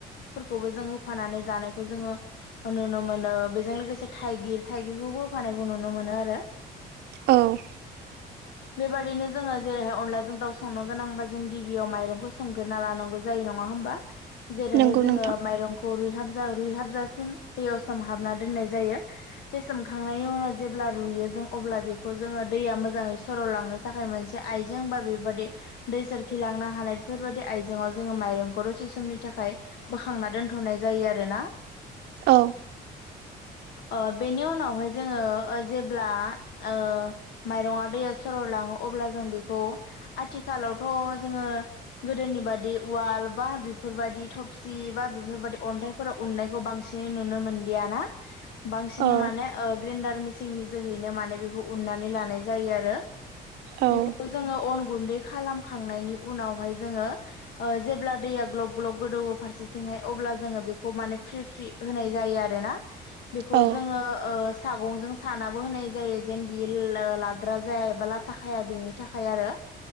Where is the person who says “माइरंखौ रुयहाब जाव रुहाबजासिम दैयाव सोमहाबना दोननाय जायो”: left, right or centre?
Left